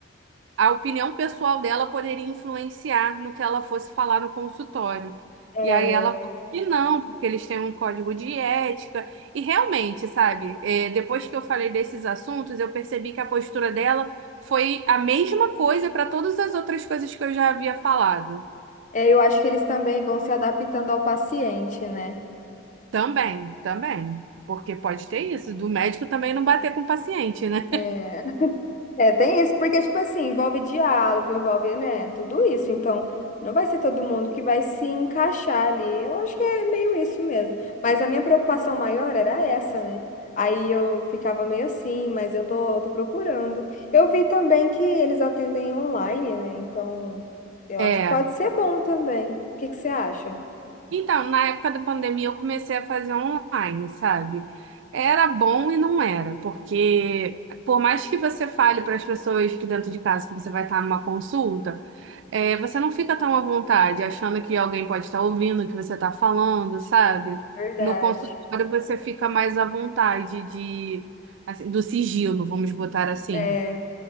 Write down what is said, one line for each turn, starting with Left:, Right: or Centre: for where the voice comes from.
Right: a opinião pessoal dela poderia influenciar no que ela fosse falar no consultório.
Left: É,
Right: E aí ela, e não, porque eles têm um código de ética. E realmente, sabe, é, depois que eu falei desses assuntos, eu percebi que a postura dela foi a mesma coisa para todas as outras coisas que eu já havia falado.
Left: é, eu acho que eles também vão se adaptando ao paciente, né?
Right: Também, também. Porque pode ter isso, do médico também não bater com o paciente, né?
Left: É, É, tem isso, porque, tipo assim, envolve diálogo, envolve, né, tudo isso. Então, não vai ser todo mundo que vai se encaixar ali. Eu acho que é meio isso mesmo. Mas a minha preocupação maior era essa, né? Aí eu ficava meio assim, mas eu tô, tô procurando. Eu vi também que eles atendem online, né? Então, eu
Right: É.
Left: acho que pode ser bom também. O que que você acha?
Right: Então, na época da pandemia, eu comecei a fazer online, sabe? Era bom e não era, porque por mais que você fale para as pessoas que dentro de casa que você vai estar numa consulta, é, você não fica tão à vontade, achando que alguém pode estar ouvindo o que você está falando, sabe?
Left: Verdade.
Right: No consultório, você fica mais à vontade de, assim, do sigilo, vamos botar assim.
Left: é